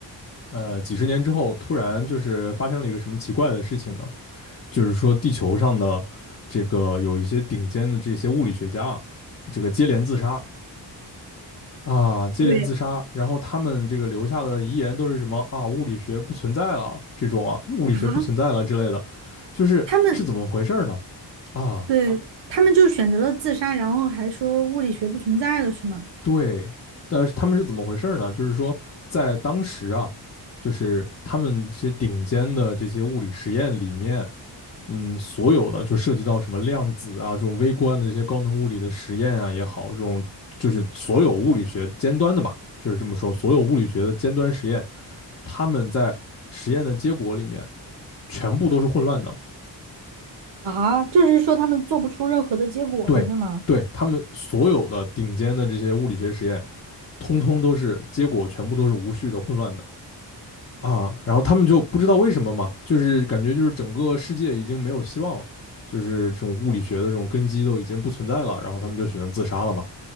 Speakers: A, on the left; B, on the right.
A: 呃，几十年之后，突然就是发生了一个什么奇怪的事情呢？就是说，地球上的这个有一些顶尖的这些物理学家啊，这个接连自杀啊，接连自杀，
B: 对
A: 然后他们这个留下的遗言都是什么啊？物理学不存在了，这种啊，物理学不存在了之类的，
B: 啊，
A: 就是是怎么回事儿呢？
B: 他们
A: 啊，
B: 对他们就选择了自杀，然后还说物理学不存在了，是吗？
A: 对，但是他们是怎么回事儿呢？就是说，在当时啊，就是他们这些顶尖的这些物理实验里面。嗯，所有的就涉及到什么量子啊，这种微观的这些高能物理的实验啊也好，这种就是所有物理学尖端的吧，就是这么说，所有物理学的尖端实验，他们在实验的结果里面全部都是混乱的。
B: 啊，就是说他们做不出任何的结果了，
A: 对，
B: 是吗？
A: 对，他们所有的顶尖的这些物理学实验，通通都是结果全部都是无序的、混乱的。啊，然后他们就不知道为什么嘛，就是感觉就是整个世界已经没有希望了，就是这种物理学的这种根基都已经不存在了，然后他们就选择自杀了嘛。